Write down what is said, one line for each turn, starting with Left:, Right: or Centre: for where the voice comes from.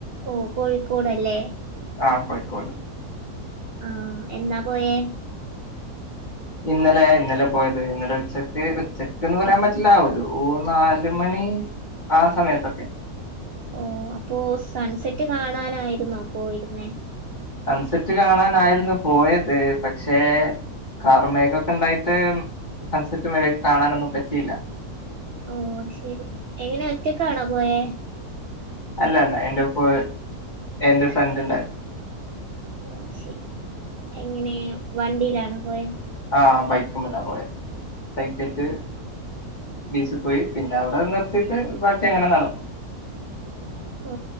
Right: ഓ കോഴിക്കോടല്ലേ
Left: ആ കോഴിക്കോട്
Right: ആ എന്നാ പോയെ
Left: ഇന്നലെ ഇന്നലെ പോയത് ഇന്നലെ ഉച്ചക്ക് ഉച്ചക്ക്ന്ന് പറയാൻ പറ്റില്ല ഒരു നാല് മണി ആ സമയത്തൊക്കെ
Right: ഓ അപ്പോ സൺസെറ്റ് കാണാനായിരുന്നോ പോയിരുന്നേ
Left: സൺസെറ്റ് കാണാനായിരുന്നു പോയത് പക്ഷേ കാർ മേഘ ഒക്കെ ഇണ്ടായിട്ട് സൺസെറ്റ് മര്യായ്ക്ക് കാണാനൊന്നും പറ്റിയില്ല
Right: ഓ ശരി എങ്ങനെ ഒറ്റക്കാണോ പോയെ
Left: അല്ല അല്ല എന്റെ എപ്പൊ എന്റെ ഫ്രണ്ട് ഉണ്ടായിരുന്നു
Right: ഓ ശരി എങ്ങനെ വണ്ടിയിലാണോ പോയെ
Left: ആ ബൈക്ക്‌മല്ലാ പോയത് ബൈക്കേറ്റ് ബീച്ചിൽ പോയി പിന്നെ അവിടെ നിർത്തിട്ട് ബാക്കി അങ്ങനെ നടന്നു
Right: ഓ